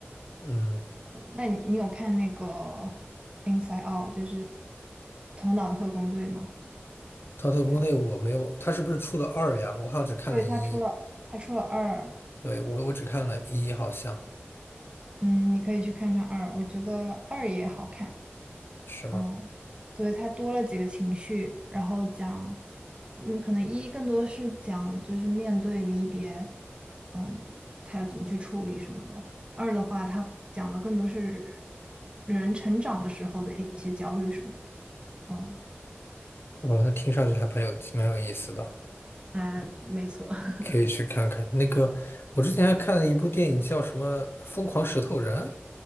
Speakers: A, on the left; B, on the right.
A: 嗯，
B: 那你你有看那个《Inside Out》，就是《头脑特工队》吗？
A: 《逃脱国内我没有，
B: 他
A: 它是不是出了二呀？我好像只看了一，
B: 对他出了他出了二，
A: 对，我我只看了一，好像
B: 嗯，你可以去看看二，我觉得二也好看，
A: 是吗？
B: 嗯，对，它多了几个情绪，然后讲，嗯，可能一更多是讲就是面对离别，嗯，他要怎么去处理什么的。二的话，他讲的更多是人成长的时候的一些焦虑什么的，嗯，
A: 哇，那听上去还蛮有蛮有意思的，
B: 啊，没错。<laughs>
A: 可以去看看。那个，我之前还看了一部电影，叫什么《疯狂石头人》，